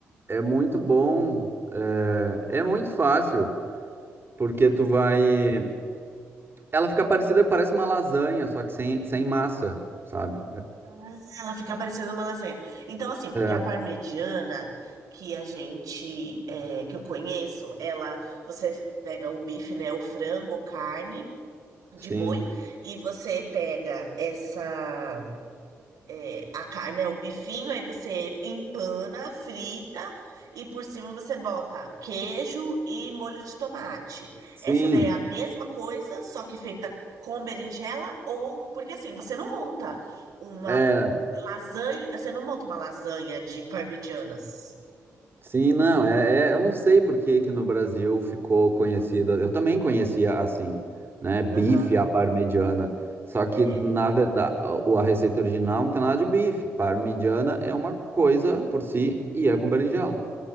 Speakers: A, on the right; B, on the right.
A: é muito bom. É, é muito fácil, porque tu vai. Ela fica parecida, parece uma lasanha, só que sem, sem massa, sabe?
B: Ah, Ela fica parecendo uma lasanha. Então, assim, porque
A: É,
B: a parmegiana que a gente, é, que eu conheço, ela, você pega o bife, né, o frango ou carne
A: sim.
B: de boi, e você pega essa é, a carne, né, o bifinho, aí você empana, frita e por cima você bota queijo e molho de tomate.
A: Sim.
B: Essa daí é a mesma coisa, só que feita com berinjela ou porque assim, você não monta uma
A: É,
B: lasanha, você não monta uma lasanha de parmegianas.
A: Sim, não, é, é- eu não sei por que que no Brasil ficou conhecida. Eu também conhecia assim, né? Bife
B: Aham,
A: à parmegiana. Só que,
B: é.
A: na verdade, a, a receita original não tem nada de bife. Parmegiana é uma coisa por si e é com berinjela.